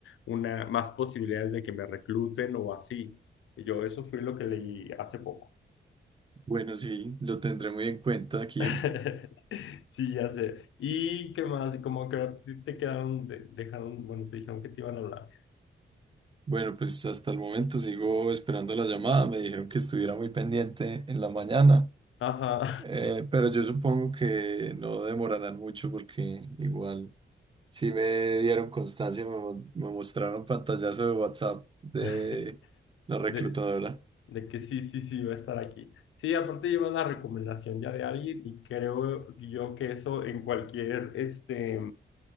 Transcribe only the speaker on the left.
una, más posibilidades de que me recluten o así. Y yo, eso fue lo que leí hace poco.
<laughs> Sí, ya sé. ¿Y qué más? Como que a ti te quedaron, de- dejaron, bueno, te dijeron que te iban a hablar.
Ajá.
<laughs>
De, de que sí, sí, sí, va a estar aquí. Sí, aparte llevas la recomendación ya de alguien y creo yo que eso en cualquier, este,